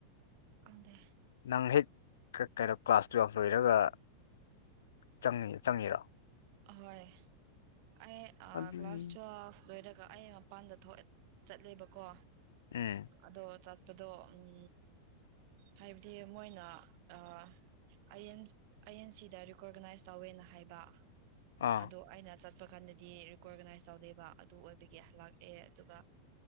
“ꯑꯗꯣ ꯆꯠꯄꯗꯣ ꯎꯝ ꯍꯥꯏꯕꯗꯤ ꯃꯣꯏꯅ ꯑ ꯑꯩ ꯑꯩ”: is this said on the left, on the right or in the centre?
Right